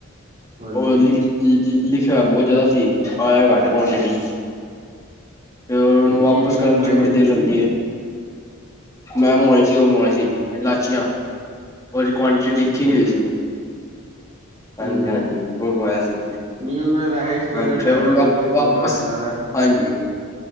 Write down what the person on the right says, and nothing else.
ਹਾਂਜੀ,
ਕੀ ਚੀਜ਼
ਮੰਗਾਈ
ਸੀ
ਤੁਸੀਂ?
ਅੱਛਾ-ਅੱਛਾ,
ਹੂੰ।
ਨਹੀਂ ਉਹਨਾਂ ਨੇ ਵੈਸੇ ਹੀ ਸਟੀਕਰ
ਸਾਹਿਬ
ਪੈਂਦਾ
ਤੁਸੀਂ ਸੋਚਿਆ
ਹੋਣਾ ਜ਼ਿਆਦਾ ਹੂੰ।